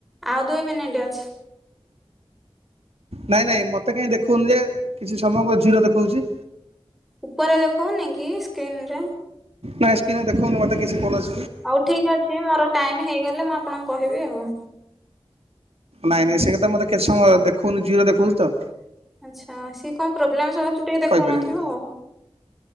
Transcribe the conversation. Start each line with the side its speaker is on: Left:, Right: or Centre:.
Centre: ଆଉ ଦୁଇ ମିନିଟ ଅଛି।
Right: ନାଇଁ ନାଇଁ ମୋତେ କାହିଁ ଦେଖଉନି ଯେ କିଛି ସମୟ ମୋର ଜିରୋ ଦେଖଉଛି।
Centre: ଉପରେ ଦେଖାଉନି କି ସ୍କ୍ରିନ ରେ?
Right: ନାଇ ସ୍କ୍ରିନ୍ ଦେଖଉନି ମତେ କିଛି କୌଣସି
Centre: ହଉ ଠିକ ଅଛି ମୋର ଟାଇମ ହେଇଗଲେ ମୁଁ ଆପଣଙ୍କୁ କହିବି ଆଉ।
Right: ନାଇଁ ନାଇଁ ସେ କ ତ ମତେ କେତେ ସମୟ ଦେଖଉନି ଜିରୋ ଦେଖଉଛି ତ।
Centre: ଆଚ୍ଛା ସିଏ କଣ ପ୍ରୋବ୍ଲେମସ୍ତ ଟିକେ ଦେଖାଉନଥିବ
Right: କହିପାରିବିନି
Centre: ଆଉ।